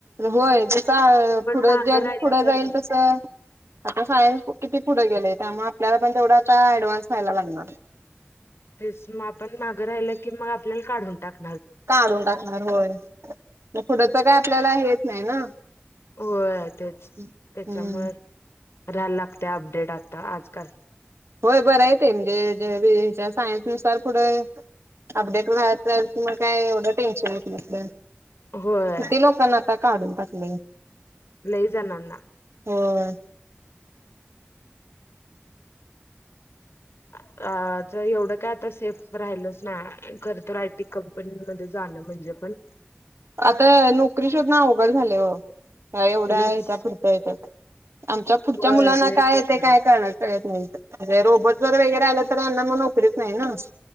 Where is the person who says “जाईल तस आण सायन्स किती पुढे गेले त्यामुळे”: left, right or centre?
Right